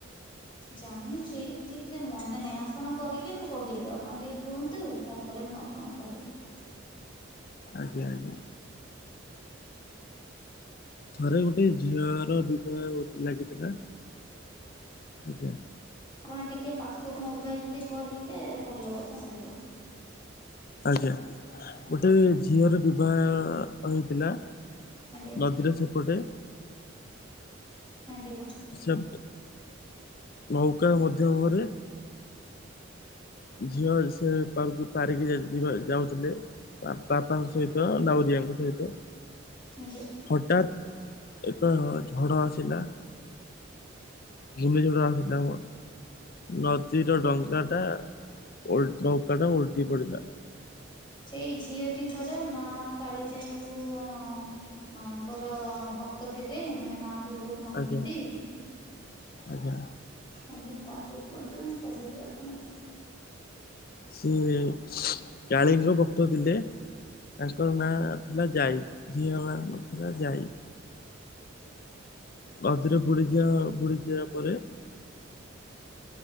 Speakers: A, on the left; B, on the left.
A: ଜାଣିଛି ଠିକରେ ମନେ ନାହିଁ ଆପଣ କହିଲେ ମୁଁ କହିବି ଆପଣ ଟିକେ କୁହନ୍ତୁ ତାପରେ ମୁଁ କଣ କହିବି?
B: ଆଜ୍ଞା ଆଜ୍ଞା। ଥରେ ଗୋଟେ ଝିଅର ବିବାହ ଅ ଲାଗିଥିଲା ଆଜ୍ଞା।
A: ଆପଣ ଟିକେ ପାଖକୁ ମୋବାଇଲେ କହିଲେ ଭଲ ଅ ରହିବ।
B: ଆଜ୍ଞା ଗୋଟେ ଝିଅର ବିବାହ ହେଇଥିଲା
A: ଆଜ୍ଞା
B: ନଦୀର ସେପଟେ
A: ଆଜ୍ଞା
B: ସେ ନୌକା ମଧ୍ଯମରେ ଝିଅ ସେ ପାରୁ ପାରିକି ଯା ଯିବା ଯାଉଥିଲେ? ବାପା ବାପାଙ୍କ ସହିତ ନୌରିଆଙ୍କ ସହିତ
A: ଆଜ୍ଞା।
B: ହଠାତ୍ ଏକ ଝଡ ଆସିଲା। ଘୂର୍ଣ୍ଣି ଝଡ଼ ଆସିଲା ମ ନଦୀର ଡଙ୍କା ଟା। ଓଲ୍ ନୌକାଟା ଓଲଟି ପଡ଼ିଲା।
A: ସେଇ ଝିଅଟି ପରେ ମା କାଳି ଯାାଇଙ୍କୁ ଅ ଅଙ୍କର ଭକ୍ତ ଥିଲେ। ମାନେ ମାଆଙ୍କୁ ବହୁତ ମାନନ୍ତି
B: ଆଜ୍ଞା ଆଜ୍ଞା।
A: ଆଜ୍ଞା ତାପରେ କୁହନ୍ତୁ ମୁଁ କହିବି ଆପଣ
B: ସିଏ କାଳିଙ୍କ ଭକ୍ତ ଥିଲେ। ତାଙ୍କର ନାଁ ଥିଲା ଜାଇ। ଝିଅ ମା ନଥିଲା ଯାଇ। ମଝିରେ ବୁଡିଯିବା ବୁଡିଯିବା ପରେ